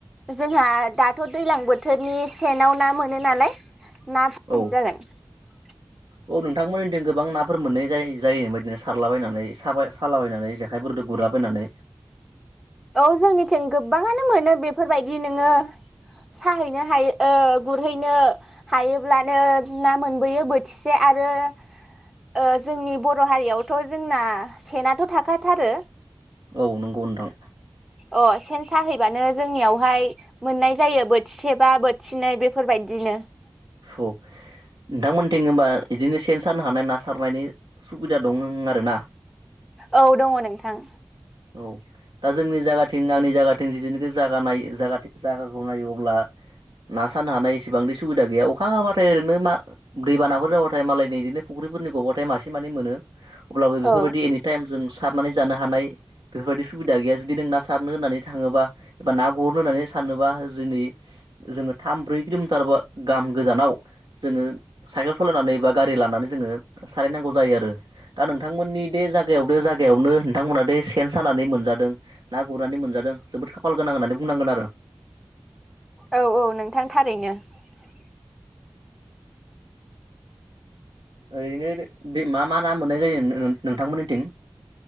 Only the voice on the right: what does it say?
औ
औ नोंथांमोननिथिं गोबां नाफोर मोननाय जा जायो बेबायदिनो सारलाबायनानै साबा सालाबायनानै जेखाइफोरजों गुरलाबायनानै
औ नंगौ नोंथां
औ नोंथांमोनथिं होनबा इदिनो सेन सानो हानाय ना सारनायनि सुबिदा दं आरो ना?
औ दा जोंनि जायगाथिं आंनि जायगाथिं जिदुनोखि जागा नायो जायगाखौ नायोबा अब्ला ना सानो हानाय एसेबांदि सुबिदा गैया अ अखा हाबाथाय ओरैनो मा दैबानाफोर जाबाथाय मालायनि बिदिनो फुख्रिफोरनि गबाथाय मासे मानै मोनो । अब्लाबो बेफोरबादि
एनिटाइम जों सारनानै जानो हानाय बेफोरबायदि सुबिदा गैया जुदि नों ना सारनो होननानै थाङोबा एबा ना गुरनो होननानै सानोबा जुनै जोङो थाम ब्रै किलमिटारा गाम गोजानाव जोङो साइकेल सलायनानै बा गारि लानानै जोङो सारहैनांगौ जायो आरो दा नोंथांमोननि दे जगायाव दे जायगायावनो नोंथांमोना बेे सेन सानानै मोनजादों ना गुरनानै मोनजादों जोबोद खाफाल गोनां होननानै बुंनांगोन आरो ।
ओरैनो बे मा मा ना मोननाय जायो नो-नोंथांमोननिथिं?